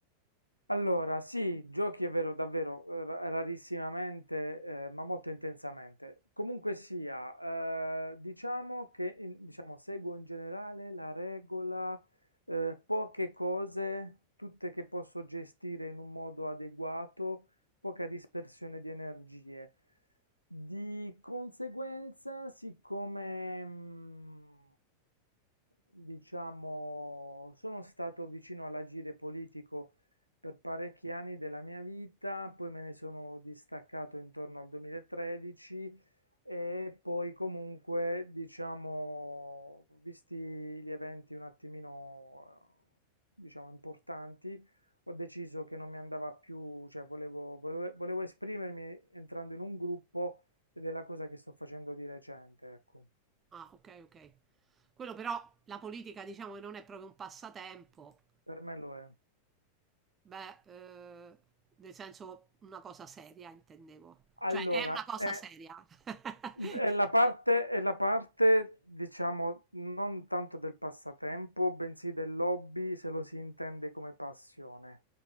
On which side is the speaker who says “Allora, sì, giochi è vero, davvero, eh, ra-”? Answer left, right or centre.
Left